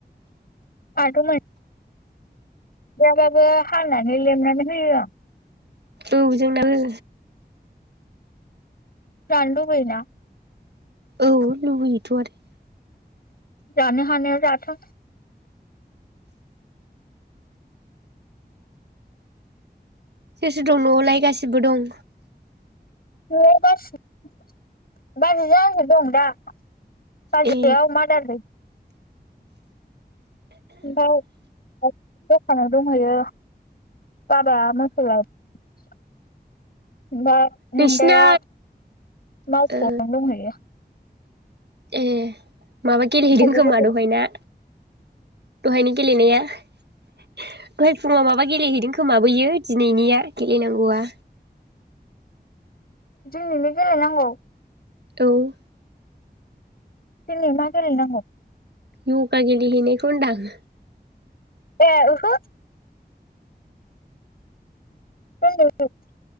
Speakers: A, on the left; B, on the right.
A: आाथ' मोन जायाबाबो हानानै लेमनानै होयो आं।
B: औ जोंनाबै
A: जानो लुबैयोना।
B: औ लुुबैयोथ' आरो।
A: जानोहानायव जाथों
B: सोर सोर दं न'आवलाय गासिबो दं।
A: न'आव बसिब बाजै जो दं दा। बाजैया
B: ए
A: अमा है ओमफ्राय दखान दंहैयो बाबाया मोसौलाय ओमफ्राय
B: नोंसिना
A: नोंदाया मावख'नो
B: ओ
A: दंहैयो
B: ए माबा गेलेहैदों
A: थाइजौ
B: खोमा
A: बाजाराव
B: दहाय ना दहायनो गेलेनाया दहाय फुङाव माबा गेलेहैदों खोमाबैयो दिनैनिया गेलेनांगौआ
A: जोंनिनो गेलेनांगौ
B: औ
A: दिनि मा गेले नांगौ
B: इउगा गेलेहैनायखौ होनदां आं
A: ए ओहो <unintelligible>